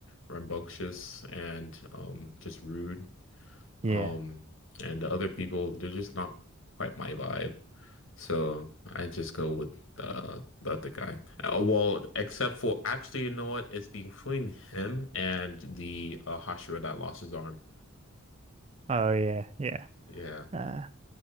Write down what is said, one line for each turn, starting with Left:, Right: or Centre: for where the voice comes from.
Left: rambunctious and um just rude.
Right: Yeah.
Left: Um, and the other people, they're just not quite my vibe. So I just go with uh, the other guy. Uh, well, except for actually, you know what? It's between him and the uh, Hashira that lost his arm.
Right: Oh yeah, yeah.
Left: Yeah,
Right: Uh,